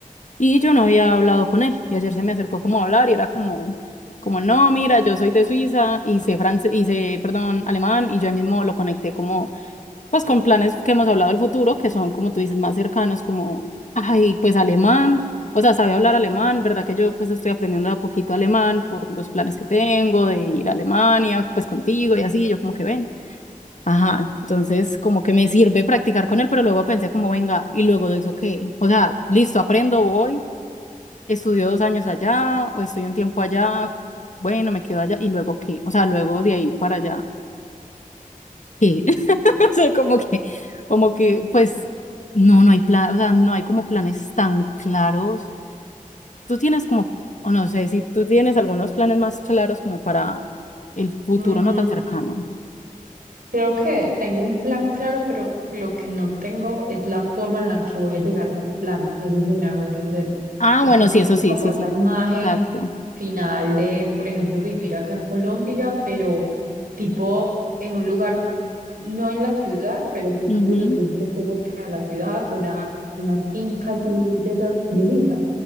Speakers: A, on the left; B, on the right.
A: y yo no había hablado con él y ayer se me acercó como a hablar y era como, como no, mira, yo soy de Suiza y sé francés, y sé, perdón, alemán y yo ahí mismo lo conecté como pues con planes que hemos hablado del futuro, que son, como tú dices, más cercanos, como, ay, pues alemán, o sea, sabe hablar alemán, ¿verdad? Que yo pues estoy aprendiendo de a poquito alemán por los planes que tengo de ir a Alemania, pues contigo y así, yo como que ven. Ajá, entonces como que me sirve practicar con él, pero luego pensé como, venga, y luego de eso, ¿qué? O sea, listo, aprendo, voy, estudio dos años allá, o estoy un tiempo allá, bueno, me quedo allá, y luego, ¿qué? O sea, luego de ahí para allá, ¿qué? <laughs> O sea, como que, como que, pues, no, no hay plan, o sea, no hay como planes tan claros. Tú tienes como, o no sé, si tú tienes algunos planes más claros como para el futuro
B: Mm,
A: no tan cercano.
B: Creo que tengo un plan claro, pero lo que no tengo es la forma en la que voy a llegar a ese plan. No sé si me hago entender,
A: Ah,
B: porque
A: bueno,
B: tengo
A: sí, eso sí,
B: como
A: sí,
B: esa
A: sí.
B: imagen
A: Exacto.
B: final de, por ejemplo, vivir acá en Colombia, pero tipo en un lugar, no en la ciudad, pero sí
A: Ujú.
B: lo suficientemente cerca de la ciudad, una, una finca así de esas viejitas